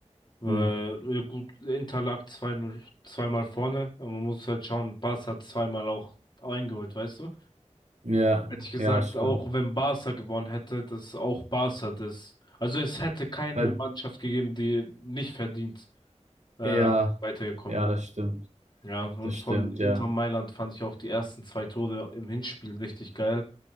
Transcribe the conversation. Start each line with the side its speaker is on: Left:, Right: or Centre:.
Left: Weil,
Right: Hm.
Left: äh, gut, Inter lag zwei, 0 zweimal vorne, aber man muss halt schauen, Barca hat zweimal auch eingeholt, weißt du?
Right: Ja,
Left: Hätte ich gesagt,
Right: ja, stimmt.
Left: ja, auch wenn Barca gewonnen hätte, dass auch Barca das, also es hätte keine
Right: Weil-
Left: Mannschaft gegeben, die nicht verdient, äh,
Right: Ja,
Left: ja. weitergekommen
Right: ja,
Left: wäre.
Right: das stimmt.
Left: Ja, und
Right: Das stimmt,
Left: von Inter
Right: ja.
Left: Mailand fand ich auch die ersten zwei Tore im Hinspiel richtig geil.